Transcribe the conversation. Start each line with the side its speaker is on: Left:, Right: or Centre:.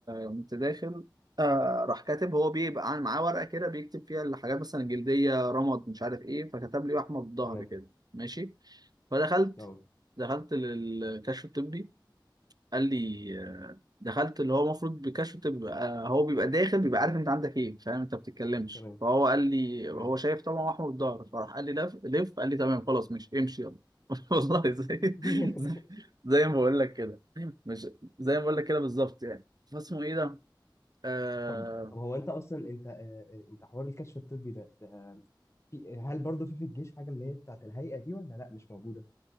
Right: قمت داخل آه راح كاتب هو بيبقى عن- معاه ورقه كده بيكتب فيها الحاجات مثلا الجلديه رمد مش عارف ايه فكتب لي احمد الظهر
Left: تمام
Right: كده ماشي فدخلت
Left: اه
Right: دخلت للكشف الطبي قال لي آه، دخلت اللي هو المفروض بكشف تبقى هو بيبقى داخل بيبقى عارف انت عندك ايه فاهم انت بتتكلمش
Left: تمام
Right: فهو قال لي
Left: تمام
Right: هو شايف طبعا هو احمد الظهر فراح قال لي لف لف قال لي تمام خلاص مش امشي يلا <laughs> والله زي
Left: <laughs>
Right: زي زي ما بقول لك كده مش زي ما بقول لك كده بالظبط يعني فاسمه ايه ده؟ آه
Left: طب طب هو انت اصلا انت آه، آه، انت حوار الكشف الطبي ده, ده في هل برضه في في الجيش حاجه اللي هي بتاعت الهيئه دي ولا لا مش موجوده